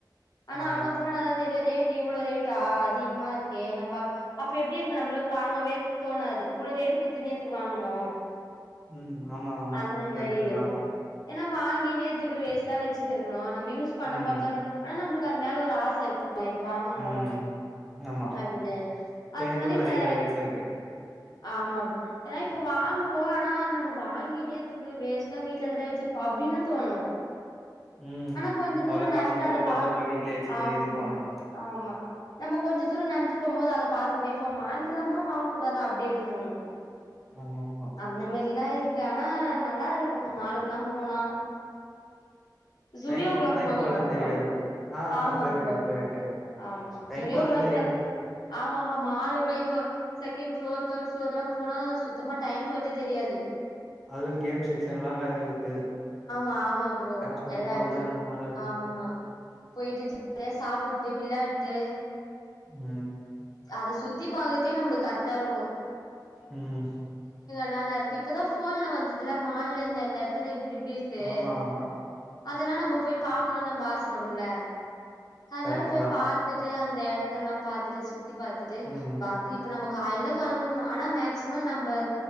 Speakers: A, on the left; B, in the centre.
A: ஆனா
B: ஆ
A: அங்க போனதா தெரியு ரேட்ட டு இவ்ளோ ரேட்டா அதிகமா இருக்கே நம்ப அப் அப்ப எப்டி இருக்கு நம்பளுக்கு வாங்கவே தோணாது இவ்வளவு ரேட் குத்து நேத்துக்கு வாங்கனு
B: ம் ஆமா ஆமா
A: அந்த மாரி
B: கரெக்ட்டு
A: இருக்கு
B: தா
A: ஏன்னா வாங்கி நேத்துக்கு வேஸ்ட்டா வெச்சின்னு இருக்கணு நம்ம யூஸ் பண்ண
B: ம்
A: போறுத்தவை ஆனா நம்ளுக்கு அது மேல ஒரு ஆச இருக்கு நா இது வாங்கணு
B: ம் ஆமா
A: அப்டின்னு அது
B: எனக்கு
A: மாரி
B: நெறையல்லா
A: வேற
B: இருந்திருக்கு
A: ஆமா ப்ரோ ஏன்னா இப்ப வாங்குவோ ஆனா நம்ம வாங்கி நேத்துக்கு வேஸ்ட்டா வீட்லதான வெச்சிருப்போ அப்டின்னு தோணு
B: ம்
A: ஆனா கொஞ்ச தூரோ
B: அவ்ளோ
A: நடந்து
B: காசு குடுத்துட்டு
A: அத பா
B: பத்திரமா வீட்லயே வச்சுக்கணு
A: ஆமா
B: எதுக்கு வாங்கணு
A: ஆமா நம்ப கொஞ்ச தூரோ நடந்து போம்போது அத பாத்துக்கணே போவ வாங்கிலாமா வாங்க கூடாதா அப்டின்னு தோணு
B: ஆமா ஆமா
A: அந்த மேரில்லா இருக்கு ஆனா நல்லா இருக்கு மாலுக்குல்லா போனா ஜுடியோக்குல்லா
B: டைம் டைம்
A: போவீங்களா
B: போறது
A: ப்ரோ
B: தெரியாது ஆ
A: ஆமா
B: போயிருக்கே
A: ப்ரோ
B: போயிருக்கே
A: ஆமா
B: டைம்
A: ஜுடியோக்குல்லா
B: போறது
A: இப்போ
B: தெரியாது
A: எல் ஆமா ஆமா மாலுக்குல்லா இப்ப செகண்ட் ஷோ தேட் ஃப்ளோர்லா போனா சுத்தமா டைம் போரத்தே தெரியாது
B: அதுல கேம் செக்ஷன் எல்லா வேற இருக்கு
A: ஆமா ப்ரோ
B: காசு போட்டோமா
A: எல்லா இடுத்து
B: விளாட்னோமானு இருக்கணு
A: ஆமா போயிட்டு ஜாலியா சாப்புட்டு விளாட்டு
B: ம்
A: அது சுத்தி பாக்கற்தேநம்மளுக்கு கரெக்டா இருக்கும்
B: ம்
A: வேல இருக்கு இப்பதா ஃபோன்ல வந்ததுல மால்ல இந்த இந்த எடத்துல இப்டி இப்டி து
B: ஆமா ஆமா
A: அதெல்லா நம்ம போய் பா கனு நம்ப ஆசைப்படுவோல அதனால
B: கரெக்ட்
A: போய்
B: தா
A: பாத்துட்டு அந்த எடத்த எல்லா பாத்துட்டு சு த்தி பாத்துட்டு
B: ம்
A: பார்த்து இப்ப நம்ப கால்ல கெளம்பணு ஆனா மேக்சிமம் நம்ப